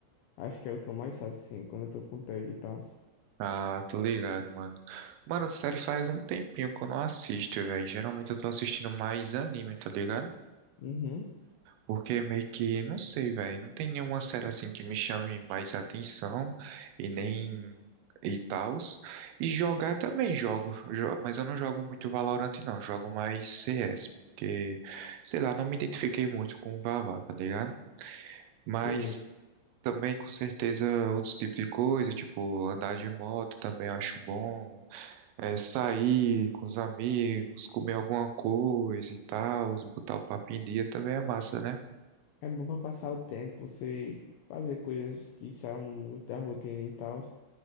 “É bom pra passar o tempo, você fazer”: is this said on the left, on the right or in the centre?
Left